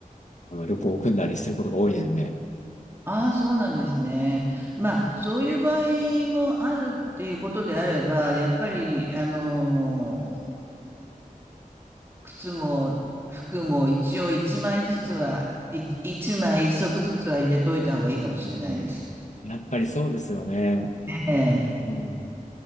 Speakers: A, on the left (about 55°); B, on the right (about 15°).
A: あの、旅行を組んだりすることが多いですね。
B: ああ、そうなんですね。まあ、そういう場合もあるっていうことであれば、やっぱり、あのー靴も服も一応一枚ずつは、い一枚一足ずつは入れといた方がいいかもしれないです。
A: やっぱりそうですよね。
B: ええ、
A: うん